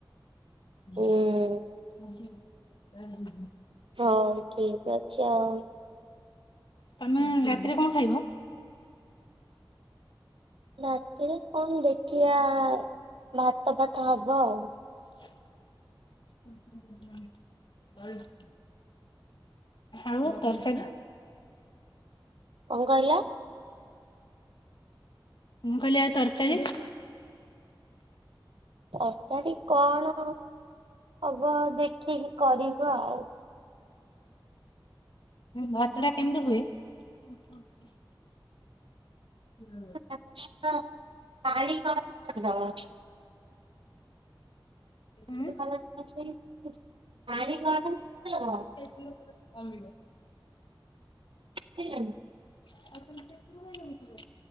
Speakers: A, on the left; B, on the right.
A: <unintelligible>
B: ହୁଁ ହଉ ଠିକ ଅଛି ଆଉ।
A: ତମେ ରାତିରେ କଣ ଖାଇବ?
B: ରାତିରେ କଣ ଦେଖିବାଆ ଭାତ ଫାତ ହବ ଆଉ।
A: <inaudible> ଆଉ ତରକାରୀ
B: କଣ କହିଲ
A: ମୁଁ କହିଲି ଆଉ ତରକାରୀ?
B: ତକାରାରି କଣ? ହବ ଦେଖିକି କରିବା ଆଉ।
A: ଭାତ ଟା କେମିତି ହୁଏ? <inaudible> ହୁଁ।
B: ଭାତ ଟା ପାଣି କ <unintelligible>
A: ହୁଁ
B: <unintelligible>
A: <unintelligible>
B: <unintelligible>
A: <unintelligible>